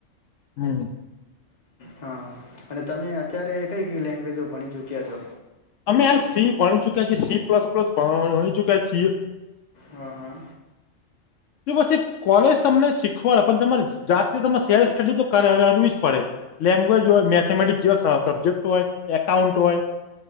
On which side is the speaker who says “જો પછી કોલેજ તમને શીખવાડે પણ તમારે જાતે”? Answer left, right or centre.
Left